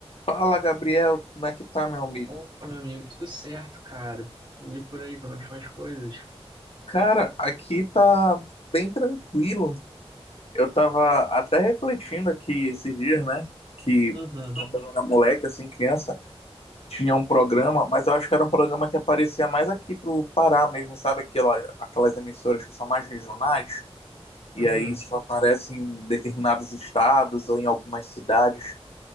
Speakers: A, on the left; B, on the right.
A: Fala, Gabriel, como é que tá, meu amigo?
B: Opa, meu amigo, tudo certo, cara? E por aí, como é que são as coisas?
A: Cara, aqui tá bem tranquilo. Eu tava até refletindo aqui esses dias, né? Que
B: Uhum,
A: quando eu era moleque, assim, criança, tinha um programa, mas eu acho que era um programa que aparecia mais aqui pro Pará mesmo, sabe? Aquela, aquelas emissoras que são mais regionais,
B: uhum,
A: e aí só aparecem em determinados estados ou em algumas cidades.